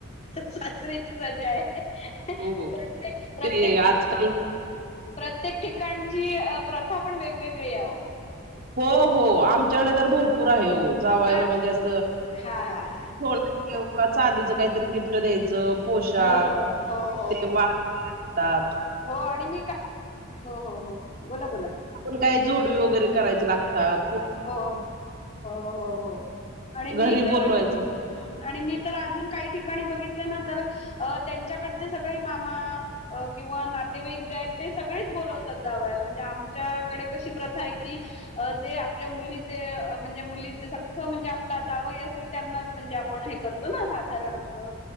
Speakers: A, on the left; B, on the right.
A: सासरीची सजा आहे
B: हो
A: प्रत्येक प्रत्येक
B: ते आजकाल
A: प्रत्येक ठिकाणची प्रथा पण वेगवेगळी आहे
B: हो हो आमच्यांकडे तरं भरूपूंर आहे हो जावांयलां
A: हा
B: म्हणजे असं
A: हा हा हा
B: लोकंवा चांदीचं कांहीतरी गिफ्टं द्यायचं पोशांख
A: हो हो हो हो
B: ते
A: हो
B: वां दांत
A: हो आणि मी कां हो हो हो बोलां बोलां
B: आपणं कायं जोडवी वगैरें करायंची लागतांत
A: हो हो हो हो आणि मी
B: घरी
A: तरं
B: बोलवायचं.
A: हम्मं आणि मी तरं अजूंन कांहीं ठिकाणीं बघितले नां तरं अं त्यांच्यांकडचे सगळें मामा अं किंवा नातेवाईक जे आहेतं ते सगळेचं बोलवतांत जावांयाला म्हणजे आमच्यांकडे कशी प्रथा आहे की अं ते आं आपल्यां मुलीचे म्हणजे मुलीचे सख्खे म्हणजे आपलां जावई असेलं त्यांनांचं म्हणजे आपणं हे करतो करतों नां साधांरण असं